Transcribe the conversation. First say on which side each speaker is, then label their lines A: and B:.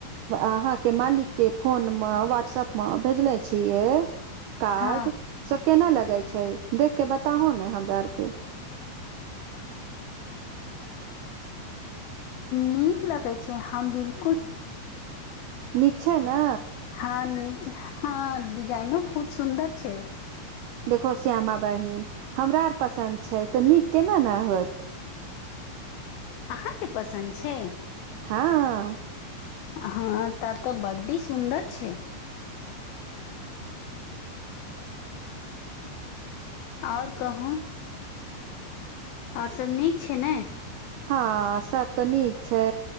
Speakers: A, on the right; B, on the left.
A: अहाँ के मालिकके फोनमे वहाट्सएप मे भेजले छीयै। कार्ड
B: हँ
A: से केनालगे छै देख के बताहो ने हमराआर के।
B: नीक लगै छै हम बिलकुल।
A: नीक छै न
B: हँ नीक छै हँ डिजाइनो बहुत सुन्दर छै।
A: देखो श्यामा बहिन हमराआर पसन्द छै त नीक केना ने होत।
B: अहाँके पसन्द छै।
A: हँऽ।
B: हँ तऽ तऽ बडी सुन्दर छै। आओर कहु। आओर सब नीक छै ने।
A: हँ सब त नीक छै।